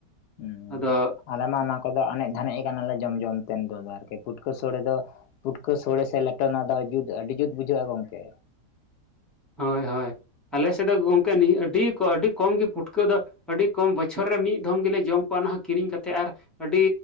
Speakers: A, on the left (about 70°); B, in the centre.
A: ᱦᱮᱸ
B: ᱟᱫᱚ
A: ᱟᱞᱮ ᱢᱟ ᱚᱱᱟ ᱠᱚᱫᱚ ᱮᱱᱮᱡ ᱫᱷᱟᱱᱤᱡ ᱠᱟᱱᱟᱞᱮ ᱡᱚᱢ ᱡᱚᱢ ᱛᱮ ᱟᱨᱠᱤ ᱯᱩᱴᱠᱟᱹ ᱥᱚᱲᱮ ᱫᱚ ᱯᱩᱴᱠᱟᱹ ᱥᱚᱲᱮ ᱥᱮ ᱞᱮᱴᱚ ᱚᱱᱟ ᱫᱚ ᱡᱩᱛ ᱟᱹᱰᱤ ᱡᱩᱛ ᱵᱩᱡᱷᱟᱹᱜᱼᱟ ᱜᱚᱢᱠᱮ
B: ᱦᱳᱭ ᱦᱳᱭ ᱟᱞᱮ ᱥᱮᱫ ᱫᱚ ᱜᱚᱢᱠᱮ ᱱᱤᱭᱟᱹ ᱟᱹᱰᱤ ᱟᱹᱰᱤ ᱠᱚᱢ ᱜᱮᱮ ᱯᱷᱩᱴᱠᱟᱹ ᱫᱚ ᱟᱹᱰᱤ ᱠᱚᱢ ᱵᱚᱪᱷᱚᱨ ᱨᱮ ᱢᱤᱫ ᱫᱷᱚᱢ ᱜᱮᱞᱮ ᱡᱚᱢ ᱠᱚᱣᱟ ᱚᱱᱟ ᱦᱚᱸ ᱠᱤᱨᱤᱧ ᱠᱟᱛᱮᱫ ᱟᱨ ᱟᱹᱰᱤ